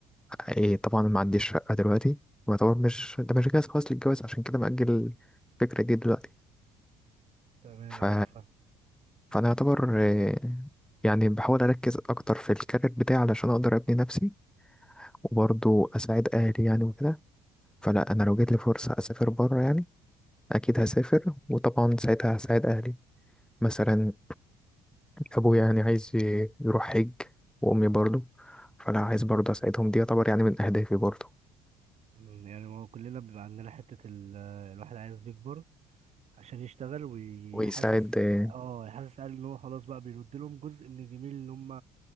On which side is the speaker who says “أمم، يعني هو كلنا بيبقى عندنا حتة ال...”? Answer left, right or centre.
Right